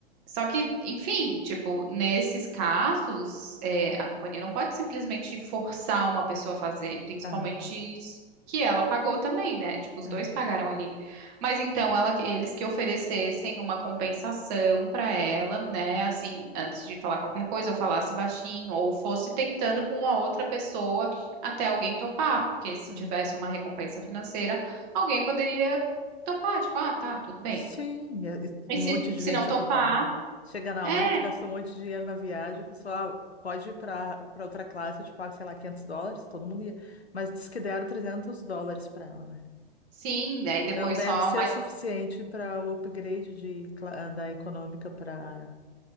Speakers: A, on the right (about 40°); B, on the left (about 80°).
A: só que, enfim, tipo, nesses casos, é, a companhia não pode simplesmente forçar uma pessoa a fazer, principalmente
B: aham,
A: s- que ela pagou também, né? Tipo, os
B: é,
A: dois pagaram ali. Mas então ela, que- eles que oferecessem uma compensação para ela, né? Assim, antes de falar qualquer coisa, ou falasse baixinho, ou fosse tentando com uma outra pessoa até alguém topar, porque se
B: é.
A: tivesse uma recompensa financeira, alguém poderia topar, tipo, ah, tá, tudo bem.
B: Sim, e- e
A: E
B: um
A: se,
B: monte de
A: se
B: gente
A: não topar,
B: ia topar. Chega na
A: é,
B: hora que tu gastou um monte de dinheiro na viagem, o pessoal "Ah, pode ir para para outra classe, eu te pago, sei lá, 500 dólares, todo mundo ia. Mas diz que deram 300 dólares para ela, né?
A: sim, aí depois
B: Não deve
A: só,
B: ser
A: mas
B: o suficiente para o upgrade de, cla- da econômica para